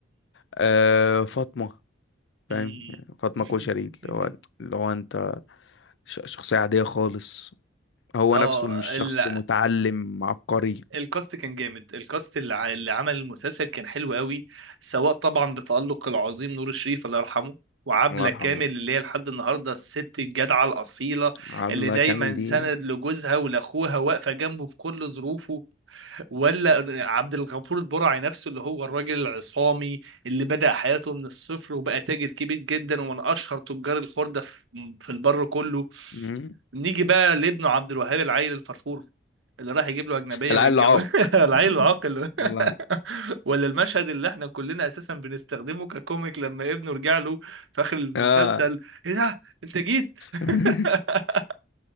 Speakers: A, on the left; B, on the right.
A: آه فاطمه فاهم
B: امم
A: يعني فاطمه كشري
B: <laughs>
A: اللي هو اللي هو انت ش... شخصيه عاديه خالص هو
B: اه
A: نفسه مش شخص
B: ال-
A: متعلم عبقري
B: الكاست كان جامد الكاست اللي ع- اللي عمل المسلسل كان حلو قوي سواء طبعا بتألق العظيم نور الشريف الله يرحمه وعبلة
A: الله يرحمه
B: كامل اللي هي لحد النهارده الست الجدعة الأصيلة
A: عبد
B: اللي
A: الله
B: دايما
A: كامل دي
B: سند لجوزها ولأخوها واقفة جنبه في كل ظروفه ولا عبد الغفور البرعي نفسه اللي هو الراجل العصامي اللي بدأ حياته من الصفر وبقى تاجر كبير جدا ومن أشهر تجار الخردة في في البر كله
A: مم.
B: نيجي بقى لابنه عبد الوهاب العيل الفرفور اللي راح يجيب له اجنبيه
A: العيل
B: ويتجوز
A: العاق
B: <laughs> العيل العاقل
A: الله
B: <laughs> ولا المشهد اللي احنا كلنا اساسا بنستخدمه ككوميك لما ابنه رجع له في اخر المسلسل
A: اه
B: ايه ده انت جيت <laughs>
A: <laughs>